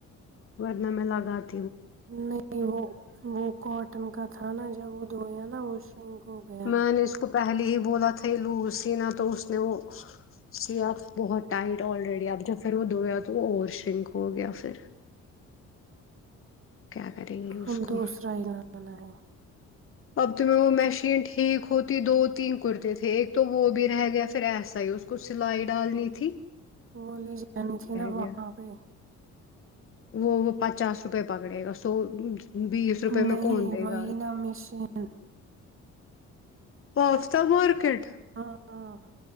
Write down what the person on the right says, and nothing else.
نہیں وہ وہ کاٹن کا تھا نا جب وہ دھویا نا وہ شرنک ہو گیا
اب
دوسرا ہی لانا ہے
وہ لے جانی تھی نا وہاں
پہ
نہیں
وہی
نہ مشین
ہاں